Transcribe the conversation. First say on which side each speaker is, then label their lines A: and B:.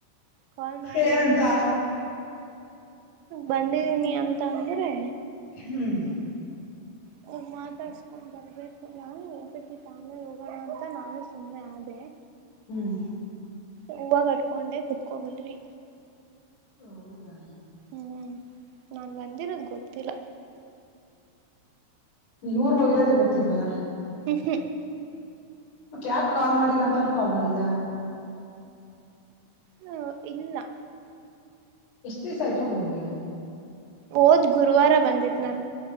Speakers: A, on the right (about 80°); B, on the left (about 45°).
A: ಕಾಲ್ ಮಾಡಿ
B: ಏನಂತ
A: ಹೇಳ್ಬೇಕು. ಬಂದಿದೀನಿ ಅಂತ ಅಂದ್ರೆ
B: ಹ್ಮ್
A: ಹೋಗ್ ಮಾತಾಡ್ಸ್ಕೊಂಡ್ ಬರ್ಬೇಕು ನಾನು ಹೋಗ್ಬೇಕಿತ್ ಆಮೇಲ್ ಹೋಗೋಣ ಅಂತ ನಾನು ಸುಮ್ನೆ ಆದೆ.
B: ಹ್ಮ್
A: ಹೂವ ಕಟ್ಕೊಂಡೆ ಕುತ್ಕೊಬಿಟ್ವಿ.
B: ಹೌದಾ?
A: ಹ್ಮ್ ನಾನ್ ಬಂದಿರೋದ್ ಗೊತ್ತಿಲ್ಲ.
B: ನೀನೂರ್ಗ್ ಹೋಗಿರೋದೇ ಗೊತ್ತಿಲ್ವಾ?
A: ಹ್ಮ್ ಹ್ಮ
B: ಮತ್ತ್ಯಾಕ್ ಕಾಲ್ ಮಾಡಿಲ್ಲ ಅಂತಾನೂ ಕಾಲ್ ಮಾಡಿಲ್ಲ.
A: ಹ್ಮ ಇಲ್ಲ.
B: ಎಷ್ಟ್ ದಿವ್ಸ ಆಯ್ತು ಊರ್ಗ್ ಹೋಗಿ?
A: ಹೋದ್ ಗುರುವಾರ ಬಂದಿದ್ ನಾನು.